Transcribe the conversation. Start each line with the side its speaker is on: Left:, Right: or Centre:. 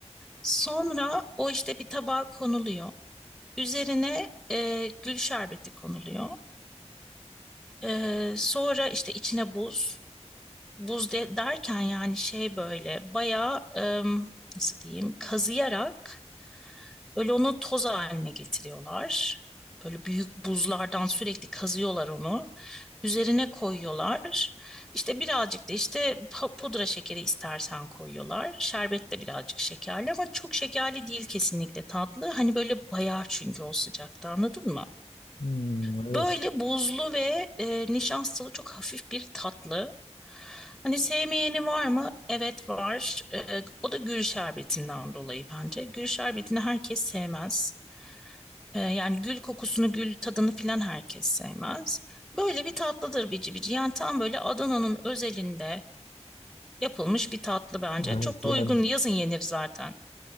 Centre: Sonra o işte bir tabağa konuluyor. Üzerine e, gül şerbeti konuluyor. E, sonra işte içine buz. Buz de, derken yani şey böyle bayağı e, nasıl diyeyim kazıyarak Böyle onu toz haline getiriyorlar. Böyle büyük buzlardan sürekli kazıyorlar onu. Üzerine koyuyorlar. İşte birazcık da işte pa- pudra şekeri istersen koyuyorlar. Şerbet de birazcık şekerli ama çok şekerli değil kesinlikle tatlı. Hani böyle bayar çünkü o sıcakta anladın mı?
Left: Hmm,
Centre: Böyle
Left: evet.
Centre: buzlu ve e, nişastalı çok hafif bir tatlı. Hani sevmeyeni var mı? Evet var. E, o da gül şerbetinden dolayı bence. Gül şerbetini herkes sevmez. E, yani gül kokusunu, gül tadını filan herkes sevmez. Böyle bir tatlıdır bici bici. Yani tam böyle Adana'nın özelinde yapılmış bir tatlı bence.
Left: Evet
Centre: Çok da
Left: yani.
Centre: uygun. Yazın yenir zaten.